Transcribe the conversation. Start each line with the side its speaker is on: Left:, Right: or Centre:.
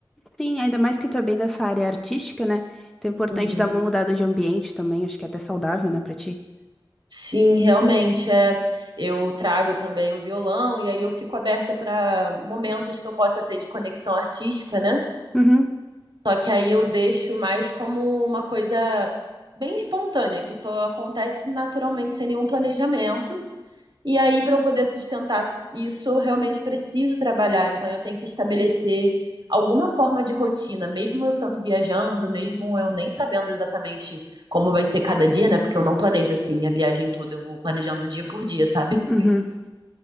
Centre: Sim, ainda mais que tu é bem dessa área artística, né? Então é importante
Right: Uhum.
Centre: dar uma mudada de ambiente também, acho que é até saudável, né, pra ti.
Right: Sim, realmente é. Eu trago também o violão e aí eu fico aberta para momentos que eu possa ter de conexão artística, né?
Centre: Uhum,
Right: Só que aí eu deixo mais como uma coisa bem espontânea, que só acontece naturalmente sem nenhum planejamento. E aí, para eu poder sustentar isso, eu realmente preciso trabalhar. Então, eu tenho que estabelecer alguma forma de rotina, mesmo eu estando viajando, mesmo eu nem sabendo exatamente como vai ser cada dia, né? Porque eu não planejo assim a viagem toda, eu vou planejando dia por dia, sabe?
Centre: uhum.